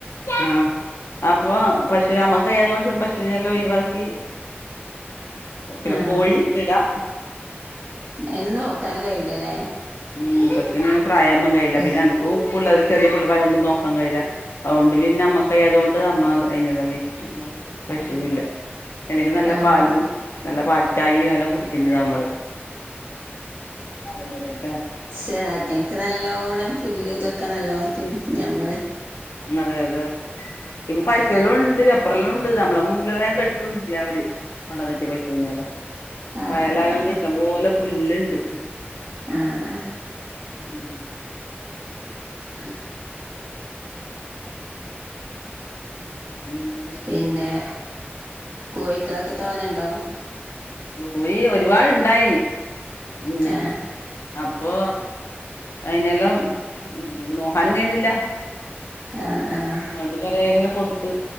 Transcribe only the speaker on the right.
ആഹ്
അയിനെന്നു നോക്കാനും കയ്യൂലല്ലേ?
ആഹ്
ആഹ്
പക്ഷേ അയിറ്റങ്ങക്ക് നല്ലോണ്ണം പുല്ല് ഇതൊക്കെ നല്ലോണം തിന്ന ഞമ്മള്
ആഹ്
ആഹ്
ആഹ്
<inaudible>
പിന്നെ കോഴിക്കളൊക്കെ തോനണ്ടോ?
ആഹ്
ആഹ്